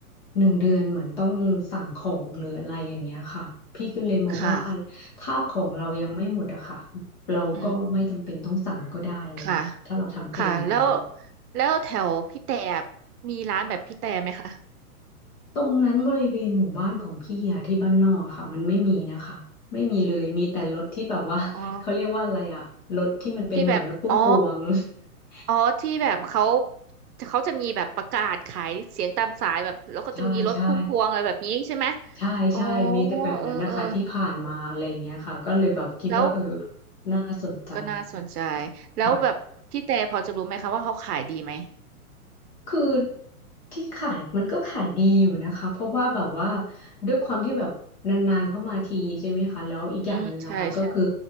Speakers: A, on the left; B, on the right.
A: หนึ่งเดือนเหมือนต้องสั่งของหรืออะไรอย่างเงี้ยค่ะพี่ก็เลยมองว่าอะถ้าของเรายังไม่หมดอะค่ะ
B: ค่ะ
A: เราก็ไม่จำเป็นต้องสั่งก็ได้อะไรเงี้ยถ้าเราทำเองอะไรเงี้ย
B: อืม ค่ะค่ะแล้วแล้วแถวพี่แต่มีร้านแบบพี่แต่ไหมคะ
A: ค่ะตรงนั้นบริเวณหมู่บ้านของพี่อะที่บ้านนอกอะค่ะมันไม่มีนะคะไม่มีเลยมีแต่รถที่แบบว่า <laughs>
B: อ๋อ
A: เขาเรียกว่าอะไรอะรถที่มันเป็นเหมือนรถพุ่มพวง
B: ที่แบบอ๋อ
A: <laughs>
B: อ๋อที่แบบเขาเขาจะมีแบบประกาศขายเสียงตามสายแบบแล้วก็จะมีรถพุ่มพวงอะไรแบบนี้ใช่ไหม
A: ใช่ใช่ ใช่ใช่มีแต่แบบนั้นนะคะที่ผ่านมาอะไรอย่างเงี้ยค่ะก็เลยแบบคิดว่าเออแบบน่าสนใจค่ะ
B: อ๋อเออเออแล้วอืมก็น่าสนใจแล้วแบบพี่แต่พอจะรู้ไหมคะว่าเขาขายดีไหม
A: ค่ะ คือที่ขายมันก็ขายดีอยู่นะคะเพราะว่าแบบว่าด้วยความที่แบบนานๆเข้ามาทีใช่ไหมคะแล้วอีกอย่างหนึ่งอะค่ะก็คือ
B: อืมใช่ใช่